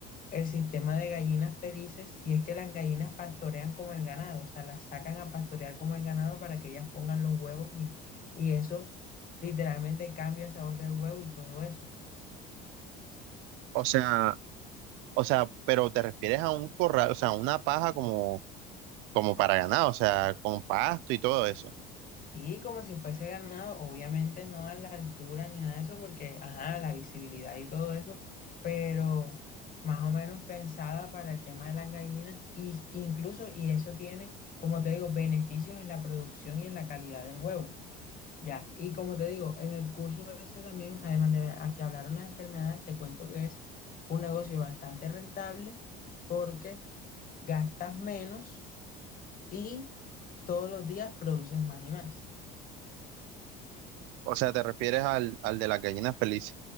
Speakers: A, on the left; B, on the right.
A: el sistema de gallinas felices y es que las gallinas pastorean como el ganado, o sea, las sacan a pastorear como el ganado para que ellas pongan los huevos y, y eso literalmente cambia el sabor del huevo y todo eso.
B: O sea, o sea, pero te refieres a un corral, o sea, una paja como, como para ganado, o sea, con pasto y todo eso.
A: Sí, como si fuese ganado, obviamente no a la altura ni nada de eso, porque, ajá, la visibilidad y todo eso, pero más o menos pensada para el tema de las gallinas, y incluso, y eso tiene, como te digo, beneficios en la producción y en la calidad del huevo. Ya, y como te digo, en el curso ese también, además de a que hablaron las enfermedades, te cuento que es un negocio bastante rentable porque gastas menos y todos los días produces más y más.
B: O sea, te refieres al, al de las gallinas felices.